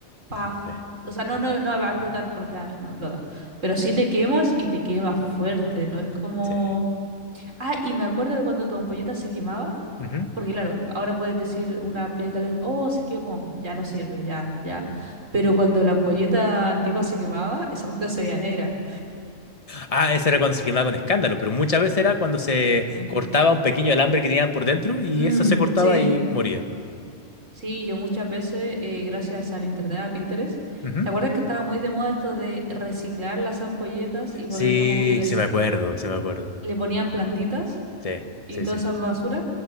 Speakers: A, on the right (about 80°); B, on the left (about 30°).
A: ¡paf!
B: Sí.
A: O sea, no,
B: Exacto.
A: no, no va a explotar por lo general, no explota. Pero sí te quemas y te quemas fuerte, no es como...
B: Sí.
A: Ah, y me acuerdo de cuando tu ampolleta se quemaba,
B: ujú.
A: porque claro, ahora puedes decir una ampolleta LED, oh, se quemó, ya no sirve,
B: Sí.
A: ya, ya. Pero cuando la ampolleta antigua se quemaba, esa cuestión se veía negra.
B: Ah, ese era cuando se quemaba con escándalo, pero muchas veces era cuando se
A: Sí.
B: cortaba un pequeño alambre que tenían por dentro y
A: Mm,
B: eso se cortaba
A: sí,
B: y moría.
A: sí, yo muchas veces, eh, gracias al internet, a Pinterest,
B: Ujú.
A: ¿te acuerdas que estaba muy de moda esto de reciclar las ampolletas y por
B: Sí,
A: dentro como que les
B: sí me acuerdo, sí me acuerdo.
A: le ponían plantitas?
B: Sí,
A: y
B: sí,
A: toda
B: sí,
A: esa
B: sí.
A: basura.